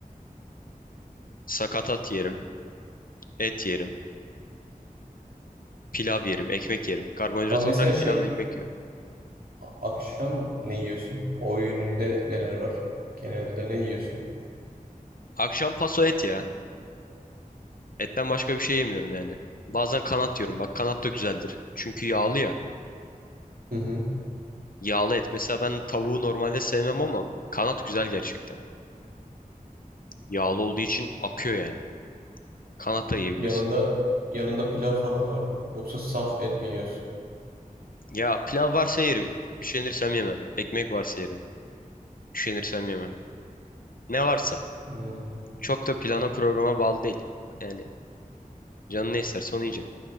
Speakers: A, on the left; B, on the right.
A: sakatat yerim. Et yerim. Pilav yerim. Ekmek yerim. Karbonhidrat
B: Ama
A: olarak
B: mesela şey
A: pilavla ekmek yiyorum.
B: A- Akşam ne yiyorsun? O öğününde neler var? Genelde ne yiyorsun?
A: Akşam paso et ya. Etten başka bir şey yemiyorum yani. Bazen kanat yiyorum. Bak kanat da güzeldir. Çünkü yağlı ya.
B: Hı hı.
A: Yağlı et. Mesela ben tavuğu normalde sevmem ama kanat güzel gerçekten. Yağlı olduğu için akıyor yani. Kanat da yiyebilirsin.
B: Yanında yanında pilav falan var mı? Yoksa saf et mi yiyorsun?
A: Ya pilav varsa yerim. Üşenirsem yemem. Ekmek varsa yerim. Üşenirsem yemem. Ne varsa.
B: Hmm.
A: Çok da plana programa bağlı değil. Yani canın ne isterse onu yiyeceksin.